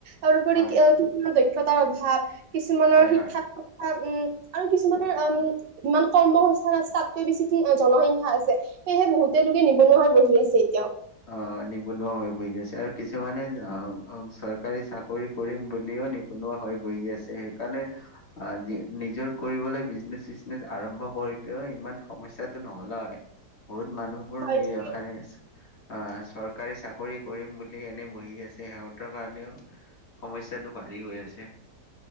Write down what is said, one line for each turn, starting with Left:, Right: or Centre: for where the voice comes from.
Right: আৰু ওপৰিও
Left: হয়
Right: কি কি শিক্ষতাৰ অভাৱ, কিছুমানৰ
Left: হয়
Right: শিক্ষা
Left: হয়।
Right: কথা উম, আৰু কিছুমানৰ উম যিমান কৰ্মসস্থান আছে তাতে বেছি জনসংখ্যা আছে। সেয়েহে বহুতে লোকে নিবনুৱাৰ বহি আছে এতিয়াও।
Left: অ' নিবনুৱা হৈ বহি আছে। আৰু কিছুমানে আহ চৰকাৰী চাকৰি কৰিম বুলিও নিবনুৱা হৈ বহি আছে। সেইকাৰণে আহ নিজৰ কৰিবলৈ বিজনেচ চিজনেচ আৰম্ভ কৰিলেও ইমান সমস্যাটো নহ'লে হয়। বহুত মানুহবোৰ
Right: হয়
Left: নিৰশাৰ
Right: ঠিকেই
Left: আছে <unintelligible> অ চৰকাৰী চাকৰি কৰিম বুলি এনে বহি আছে সিহঁতৰ কাৰণেও সমস্যয়াটো বাঢ়ি গৈ আছে।